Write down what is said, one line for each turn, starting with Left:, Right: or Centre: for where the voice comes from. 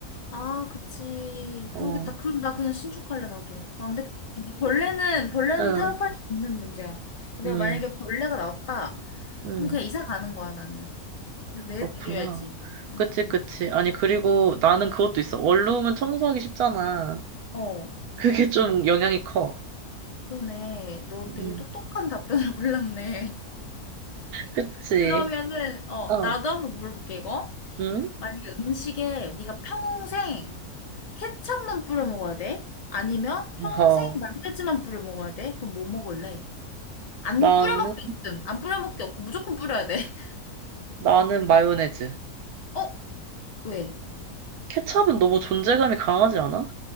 Left: 아, 그치.
Right: 어,
Left: 그러겠다. 그럼 나 그냥 신축할래, 나도. 나 안 될 것 같아. 벌레는, 벌레는
Right: 응,
Left: 타협할 수 있는 문제야. 내가
Right: 응,
Left: 만약에 벌레가 나왔다,
Right: 응.
Left: 그럼 그냥 이사 가는 거야, 나는. 그 내드려야지.
Right: 그렇구나.
Left: 음.
Right: 그치, 그치. 아니, 그리고 나는 그것도 있어. 원룸은 청소하기 쉽잖아.
Left: 어,
Right: 그게 좀 영향이 커.
Left: 그러네. 너
Right: 음,
Left: 되게 똑똑한 답변을 <laughs> 골랐네.
Right: 그치.
Left: 그러면은 어,
Right: 어,
Left: 나도 한번 물어볼게 이거.
Right: 응?
Left: 만약에 음식에 네가 평생 케첩만 뿌려 먹어야 돼? 아니면 평생
Right: 어
Left: 마요네즈만 뿌려 먹어야 돼? 그럼 뭐 먹을래? 안
Right: 나는,
Left: 뿌려 먹기 없음. 안 뿌려 먹기 없고 무조건 뿌려야 돼. <laughs>
Right: 나는 마요네즈.
Left: 어? 왜?
Right: 케첩은 너무 존재감이 강하지 않아?